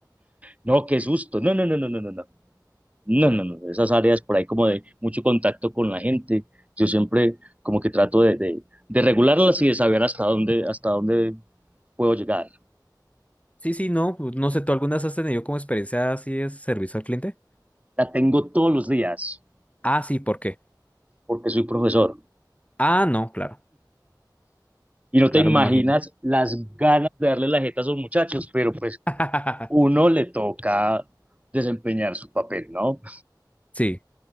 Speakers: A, on the right; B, on the left.
A: No, qué susto. No, no, no, no, no, no. no. No, no, no, esas áreas por ahí como de mucho contacto con la gente, yo siempre como que trato de, de, de regularlas y de saber hasta dónde, hasta dónde puedo llegar.
B: Sí, sí, no, pues, no sé, ¿tú algunas has tenido como experiencia así de servicio al cliente?
A: La tengo todos los días
B: Ah, sí, ¿por qué?
A: porque soy profesor
B: Ah, no, claro,
A: y no
B: claro,
A: te imaginas
B: me imagino.
A: las ganas de darle la jeta a esos muchachos, pero pues
B: <laughs>
A: uno le toca desempeñar su papel, ¿no?
B: Sí,